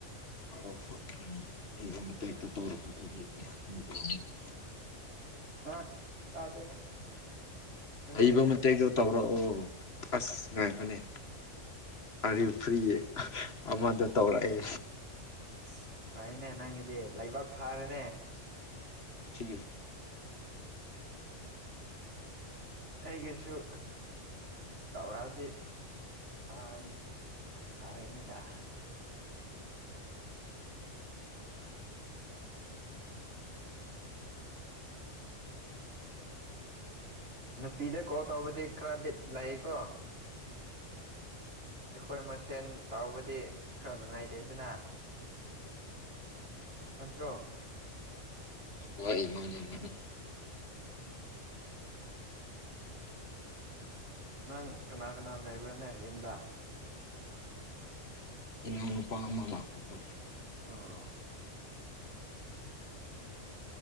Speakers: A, on the left; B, on the right.
A: <unintelligible>
B: ꯍꯥ ꯇꯥꯗꯦꯅꯦ ꯅꯪ
A: ꯍꯩꯕ
B: ꯍꯥꯏꯕꯗꯣ
A: ꯃꯇꯦꯛꯇ ꯇꯧꯔꯛꯑꯣ ꯑꯁ ꯉꯥꯏ ꯐꯅꯤ ꯑꯔꯤꯕ ꯐꯨꯔꯤꯌꯦ ꯑꯃꯗꯣ ꯇꯧꯔꯛꯑꯦ
B: ꯑꯁ ꯐꯩꯅꯦ ꯅꯪꯒꯤꯗꯤ ꯂꯩꯕꯥꯛ ꯐꯥꯔꯦꯅꯦ
A: ꯁꯤ
B: ꯑꯩꯒꯤꯁꯨ ꯇꯧꯔꯛꯑꯗꯤ ꯑꯥꯟ ꯐꯥꯒꯅꯤꯗ ꯅꯨꯄꯤꯗ ꯀꯣꯜ ꯇꯧꯕꯗꯤ ꯈꯔ ꯕꯤꯠ ꯂꯥꯛꯏꯀꯣ ꯑꯩꯈꯣꯏ ꯃꯁꯦꯟ ꯇꯥꯎꯕꯗꯤ ꯈꯔ ꯅꯨꯡꯉꯥꯏꯇꯦ ꯑꯗꯨꯅ ꯅꯠꯇ꯭ꯔꯣ
A: ꯋꯥꯏ ꯃꯥꯅꯤ ꯃꯥꯅꯤ
B: ꯅꯪ ꯀꯅꯥ ꯀꯅꯥ ꯂꯩꯕ꯭ꯔꯥꯅꯦ ꯌꯨꯝꯗ
A: ꯏꯅꯥꯎꯅꯨꯄꯥ ꯑꯃ ꯂꯥꯛꯄꯗꯣ
B: ꯑꯣ <unintelligible>